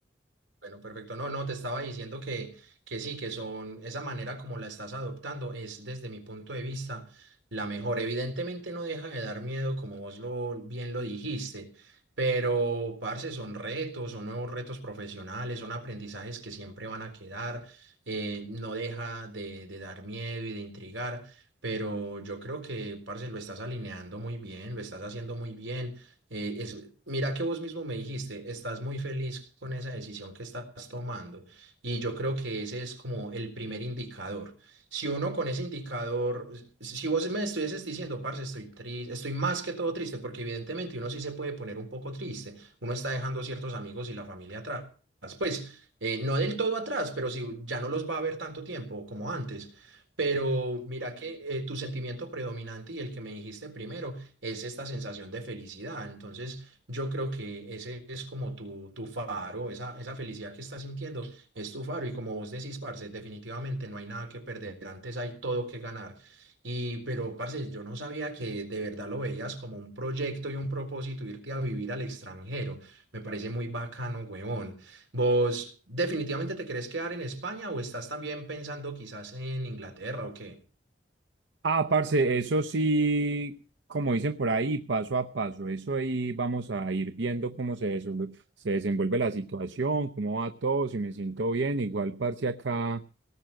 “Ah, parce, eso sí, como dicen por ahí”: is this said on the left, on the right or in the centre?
Right